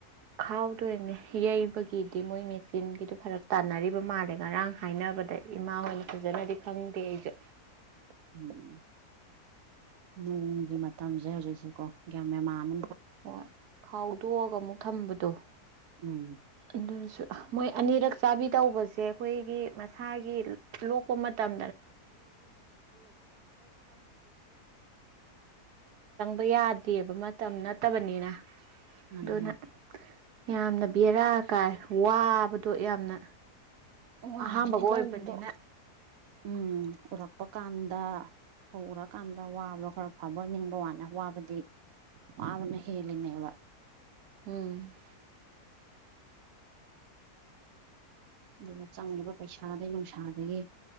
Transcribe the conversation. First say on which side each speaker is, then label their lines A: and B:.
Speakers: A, on the right; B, on the right.
A: ꯈꯥꯎꯗꯣꯏꯅꯦ ꯌꯩꯕꯒꯤꯗꯤ ꯃꯣꯏ ꯃꯦꯆꯤꯟꯒꯤꯗꯣ ꯐꯔꯞ ꯇꯥꯟꯅꯔꯤꯕ ꯃꯥꯜꯂꯦ ꯉꯔꯥꯡ ꯍꯥꯏꯅꯕ ꯗ ꯏꯃꯥꯉꯣꯏꯅ ꯐꯖꯅꯗꯤ ꯈꯪꯅꯤꯡꯗꯦ ꯑꯩꯁꯨ
B: <inaudible> ꯎꯝ ꯅꯣꯡꯒꯤ ꯃꯇꯝꯁꯦ ꯍꯧꯖꯤꯛꯁꯦꯀꯣ ꯒ꯭ꯌꯥ ꯃꯦꯃꯥꯅ
A: ꯍꯣꯏ ꯈꯥꯎꯗꯣꯛꯑꯒ ꯑꯃꯨꯛ ꯊꯝꯕꯗꯣ
B: ꯎꯝ
A: ꯑꯗꯨꯁꯨ ꯃꯣꯏ ꯑꯅꯤꯔꯛ ꯆꯥꯕꯤ ꯇꯧꯕꯁꯦ ꯑꯩꯈꯣꯏꯒꯤ ꯃꯁꯥꯒꯤ ꯂꯣꯛꯄ ꯃꯇꯝ ꯃ ꯌꯥꯗꯦꯕ ꯃꯇꯝ ꯅꯠꯇꯕꯅꯤꯅ
B: ꯃꯥꯅꯤ
A: ꯑꯗꯨꯅ
B: ꯃꯥꯅꯤ
A: ꯌꯥꯝꯅ ꯕꯦꯔꯥ ꯀꯥꯏ ꯋꯥꯕꯗꯣ ꯌꯥꯝꯅ
B: ꯋꯥꯔꯦꯅꯦ
A: ꯑꯍꯥꯝꯕꯒ ꯑꯣꯏꯕꯅꯤꯅ
B: ꯂꯧꯗꯣ ꯎꯝ ꯎꯔꯛꯄ ꯀꯥꯟꯗ ꯍꯧꯔꯀꯥꯟꯗ ꯋꯥꯕꯣ ꯈꯔ ꯐꯕ ꯑꯣꯏ ꯅꯤꯡꯕ ꯋꯥꯅꯤ ꯑꯕꯗꯤ ꯋꯥꯕꯅ ꯍ‌ꯦꯜꯂꯤꯅꯦꯕ
A: ꯎꯝ
B: ꯑꯗꯨꯒ ꯆꯪꯉꯤꯕ ꯄꯩꯁꯥꯗꯒꯤꯩ ꯅꯨꯡꯁꯥꯗꯒꯤ